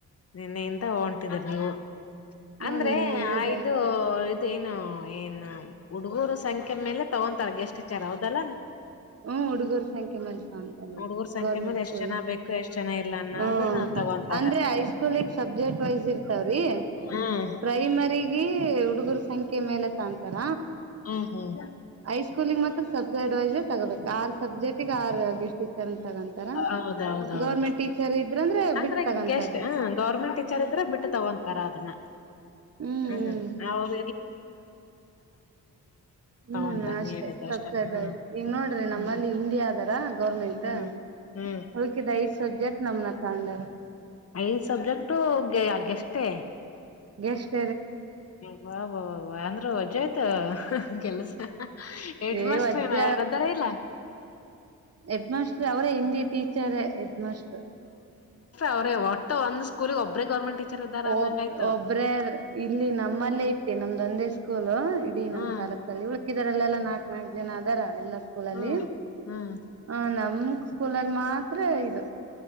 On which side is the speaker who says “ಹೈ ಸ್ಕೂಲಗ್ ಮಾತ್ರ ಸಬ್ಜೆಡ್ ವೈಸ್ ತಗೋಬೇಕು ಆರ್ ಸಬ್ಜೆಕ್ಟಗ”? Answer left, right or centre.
Right